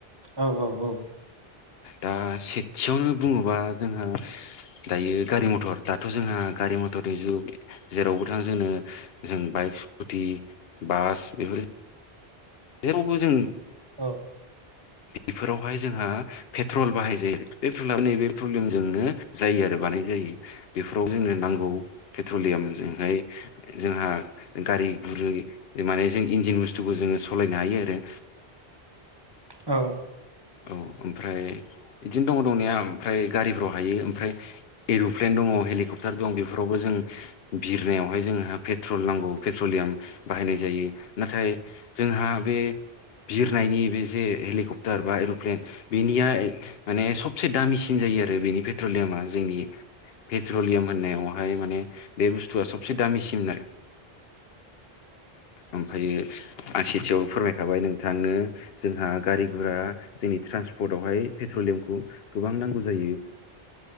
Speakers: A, on the right (about 25°); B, on the left (about 75°).
A: औ औ औ
B: दा सेथियावनो बुङोबा जोंहा दायो गारि मथर दाथ जोंङो गारि मथरनि जुग जेरावबो थां जोंनो जों बाइक स्कुटि बास बेफोरो जेरावबो जों
A: औ
B: बिफोरावहाय जोंहा पेट्रल बाहाय जायो पेट्रला नैबे पेट्रलियामजोंनो जायो आरो बानाय जायो बेफोराव जोंनो नांगौ पेट्रलियामजोंहाय जोंहा गारि गुरै माने जों इन्जिन बुस्थुखौ जोङो सालायनो हायो आरो
A: औ
B: औ ओमफ्राय बिदिनो दङ' दंनाया ओमफ्राय गारिफ्राव हायो ओमफ्राय एर' प्लेन दङ' हेलिकप्टार दं बेफोर रावबो जों बिरनायावहाय जोंहा पेट्रल नांगौ पेट्रलियाम बाहायनाय जायो नाथाय जोंहा बे बिरनायनि बे जे हेलिकप्टार बा एर'प्लेन बिनिया माने सबसे दामिसिन जायो आरो बेनिफ्राय पेट्रलियामा जोंनि पेट्रलियाम होननायावहाय माने बे बुस्थुआ सबसे दामिसिम <unintelligible> उम ओमफायो आं सेथियाव फोरमायखाबाय नोंथांनो जोंहा गारि गुरा जोंनि ट्रान्सपदावहाय पेट्रलियामखौ गोबां नांगौ जायो